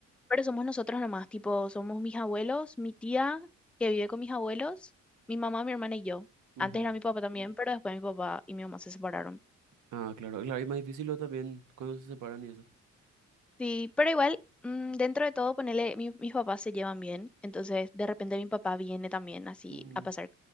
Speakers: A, in the centre; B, on the right.
A: Pero somos nosotros nomás, tipo, somos mis abuelos, mi tía que vive con mis abuelos, mi mamá, mi hermana y yo.
B: Ujú.
A: Antes era mi papá Mm. también, pero después mi papá y mi mamá se separaron.
B: Ah, claro, claro, y más difícil lo también cuando se separan y eso.
A: Sí, pero igual, mm, dentro de todo, ponele, mi- mis papás se llevan bien, entonces de repente mi papá viene también así
B: Mm.
A: a pasar